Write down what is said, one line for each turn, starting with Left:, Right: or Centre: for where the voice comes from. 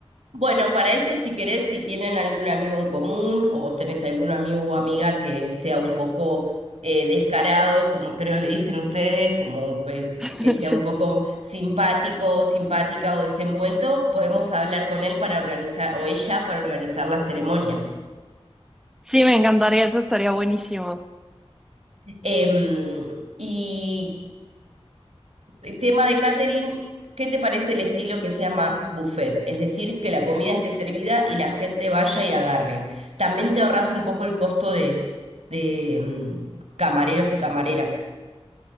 Right: Bueno, para eso, si querés, si tienen algún amigo en común o vos tenés algún amigo o amiga que sea un poco eh, descarado, como creo le dicen ustedes, como que,
Centre: <laughs>
Right: que sea
Centre: Sí.
Right: un poco simpático o simpática o desenvuelto, podemos hablar con él para organizar, o ella para organizar la ceremonia.
Centre: Sí, me encantaría, eso estaría buenísimo.
Right: Em, y el tema de catering, ¿qué te parece el estilo que sea más buffet? Es decir, que la comida esté servida y la gente vaya y agarre. También te ahorras un poco el costo de, de, em, camareros y camareras.